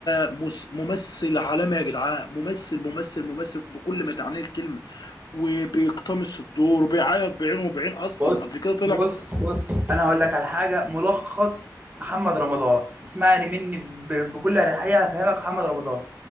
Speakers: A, on the left; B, on the right.
A: مس- ممثل عالمي يا جدعان ممثل ممثل ممثل بكل ما تعنيه الكلمة وبيقتمص الدور وبيعيط بعينه وبعين اصلا
B: بص
A: قبل كده طلع
B: بص بص انا هقول لك على حاجه ملخص محمد رمضان اسمعني مني ب- بكل اريحيه هفهمك محمد رمضان